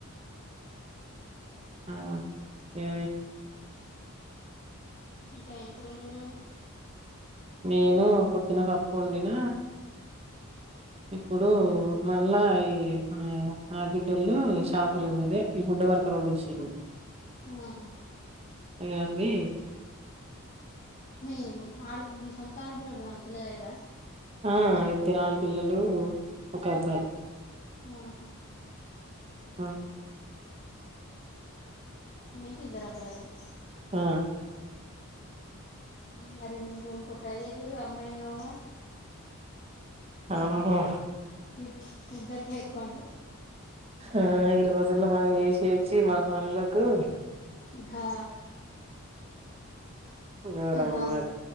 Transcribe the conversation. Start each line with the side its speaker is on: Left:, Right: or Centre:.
Right: ఆ అ
Left: ఇంకా ఇం కూడాడు ఉండేరు మరి
Right: నేను పొద్దున పప్పు ఉండిన ఇప్పుడు మళ్ళా ఈ ఆ ఆడ బిడ్డళలు షాపలు ఇదే ఈ బుడ్డ వరకల వాళ్ళు ఇచ్చేది
Left: ఆహా
Right: అీ
Left: మీ ఆడు మీ సొంత ఆడబిడ్డపిల్లలే కదా
Right: ఆ ఇద్దరు ఆడపిల్లలు ఒక అబ్బాయి
Left: ఆహా
Right: ఆ
Left: మీకిద్దరబ్బాయిలు
Right: ఆ
Left: మరి ఇం ఇంకో ట్రై చేయకపోయారా అమ్మాయి కావాలి
Right: ఆహా
Left: ఇ ఇద్దరికి ఎక్కువంట
Right: ఆ ఈ రోజుల్లో మనం చేసచ్చి మన పనులకు
Left: హా
Right: ఘోరంగా
Left: మళ్ళ
Right: ఉన్నది